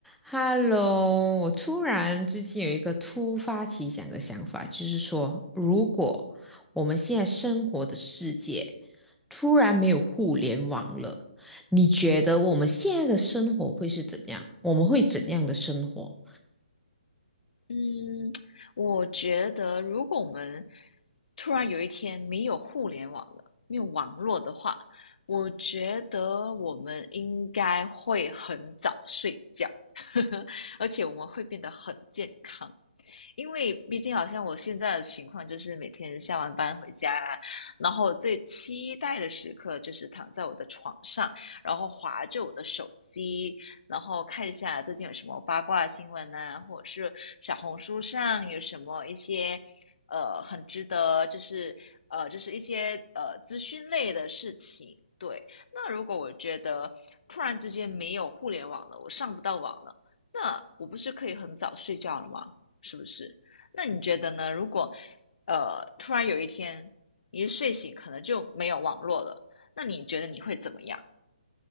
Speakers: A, in the centre; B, on the left (about 65°).
A: Hello，我突然最近有一个突发奇想的想法，就是说，如果我们现在生活的世界突然没有互联网了，你觉得我们现在的生活会是怎样？我们会怎样的生活？
B: 嗯，我觉得如果我们突然有一天没有互联网了，没有网络的话，我觉得我们应该会很早睡觉，<laughs> 而且我们会变得很健康。因为毕竟好像我现在的情况就是每天下完班回家啊，然后最期待的时刻就是躺在我的床上，然后划着我的手机，然后看一下最近有什么八卦新闻呐、或者是小红书上有什么一些呃很值得就是呃就是一些呃资讯类的事情。对，那如果我觉得突然之间没有互联网了，我上不到网了，那我不是可以很早睡觉了吗？是不是？那你觉得呢？如果呃突然有一天你一睡醒，可能就没有网络了，那你觉得你会怎么样？